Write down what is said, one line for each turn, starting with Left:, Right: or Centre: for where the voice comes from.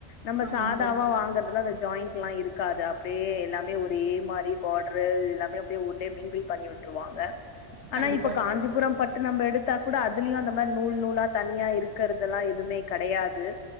Left: நம்ம
Right: ஆமா
Left: சாதாவா
Right: தோழி
Left: வாங்குறது ல்ல அந்த ஜாயிண்ட்லா இருக்காது அப் அப்படியே எல்லாமே ஒரே மாரி பாட்ரு இல்லா அப்டியே அப்டியே ஊர்லே மீன்பில் பண்ணி விட்ருவாங்க ஆனா
Right: கண்டிப்பா
Left: இப்ப காஞ்சிபுரம் பட்டு நம்ப எடுத் இருந்தா கூட அதுலயும் அந்த மாரி நூல் நூலா தண்ணியா இருக்கறதெல்லாம் எதுவுமே கெடயாது